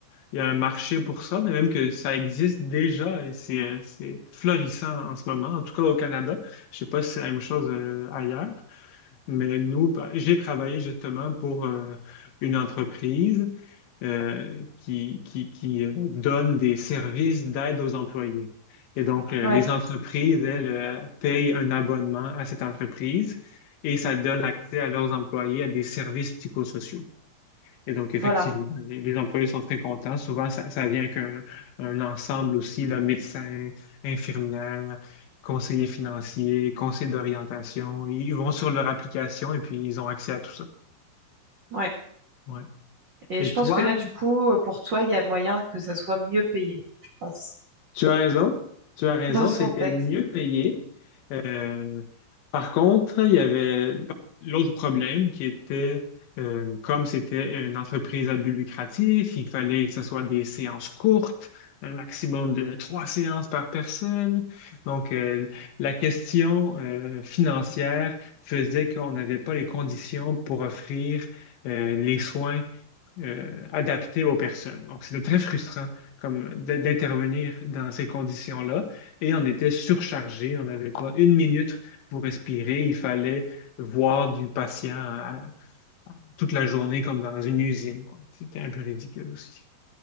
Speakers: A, on the left (about 85°); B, on the right (about 75°).
A: il y a un marché pour ça, mais même que ça existe déjà et c'est euh, c'est florissant en ce moment, en tout cas au Canada. Je sais pas si c'est la même chose euh, ailleurs. Mais nous, par- j'ai travaillé justement pour euh, une entreprise euh, qui, qui, qui euh, donne des services d'aide aux employés. Et donc, euh,
B: ouais,
A: les entreprises, elles, euh, payent un abonnement à cette entreprise et ça donne accès à leurs employés à des services psychosociaux. Et donc, effectivement,
B: voilà.
A: les, les employés sont très contents. Souvent, ça, ça vient avec un, un ensemble aussi, là, médecin, infirmière, conseiller financier, conseiller d'orientation. Ils vont sur leur application et puis ils ont accès à tout ça.
B: Ouais.
A: Ouais.
B: Et
A: Et
B: je pense
A: toi,
B: que là, du coup, euh, pour toi, il y a moyen que ça soit mieux payé, je pense,
A: tu as raison. Tu
B: <laughs>
A: as raison,
B: dans ce
A: c'était
B: contexte.
A: mieux payé. Euh, par contre, il y avait l'autre problème qui était, euh, comme c'était une entreprise à but lucratif, il fallait que ce soit des séances courtes, un maximum de trois séances par personne. Donc, euh, la question, euh, financière faisait qu'on n'avait pas les conditions pour offrir, euh, les soins, euh, adaptés aux personnes. Donc, c'était très frustrant comme d- d'intervenir dans ces conditions-là et on était surchargé. On avait quoi, une minute pour respirer. Il fallait voir du patient à- toute la journée comme dans une usine, quoi. C'était un peu ridicule aussi.